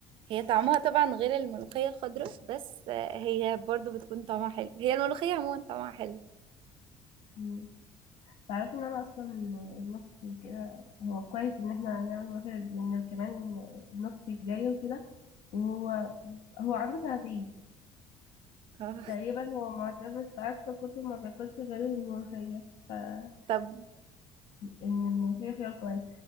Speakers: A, on the right; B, on the left.
A: هي طعمها طبعا غير الملوخية الخضراء بس آه، هي برضو بتكون طعمها حلو هي الملوخية عموما طعمها حلو
B: مم. تعرفي إن أنا أصلا ابن أختي وكده هو كويس إن احنا هنعمل ملوخية لأن كمان ابن أختي جاي وكده وهو هو عنده سنتين
A: آه،
B: تقريبا هو معتمد في أكله كله ما بياكلش غير الملوخية فحاسة
A: طب
B: إن الملوخية خيار كويس